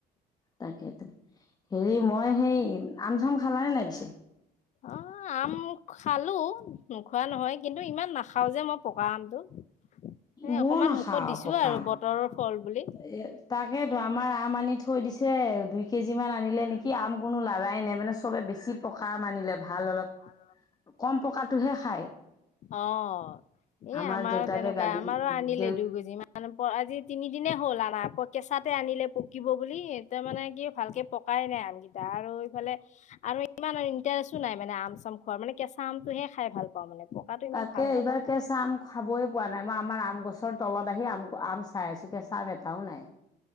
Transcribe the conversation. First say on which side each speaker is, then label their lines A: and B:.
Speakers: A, on the left (about 25°); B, on the left (about 45°).
A: তাকে তাকেই হেৰি মই সেই আম চাম খালানে নাই পিছে?
B: অ আম খালো নোখোৱা নহয় কিন্তু ইমান নাখ খাওঁ যে মই পকা আমটো স
A: ময়ো
B: অকণমান
A: নাখাওঁ
B: মুখত দিছোঁ
A: পকা
B: আৰু
A: আম
B: বতৰৰ ফল বুলি
A: এ তাকেইতো আমাৰ আম আনি থৈ দিছে দুই কেজি মান আনিলে নেকি আম কোনো লাগ লৰাই নাই মানে চবে বেছি পকা মানিলে ভাল অলপ
B: অ।
A: কম পকাটোহে খায়।
B: অ' এই
A: আমাৰ
B: আমাৰো
A: দেউতাকে
B: তেনেকুৱা
A: গালি
B: আমাৰো আনিলে
A: দেউ
B: দুগুজি মান ইমান আজি তিনি দিনে হ'লা আনা প্ৰ কেঁচাতে আনিলে পকিব বুলি, তাৰ মানে কি ভালকে পকাই নাই আমকেইটা। আৰু এইফালে আৰু ইমান ইণ্টাৰেষ্টো নাই মানে আম চাম খোৱাৰ, মানে কেঁচা আমটোহে খাই ভাল পাওঁ মানে পকাটো ইমান
A: তাকে
B: ভাল
A: এইবাৰ
B: নাপাওঁ।
A: কেঁচা আম খাবই পোৱা নাই মই আমাৰ আম গছৰ তলত আহি আম আম চাই আছো কেঁচা। চ ব এটাও নাই।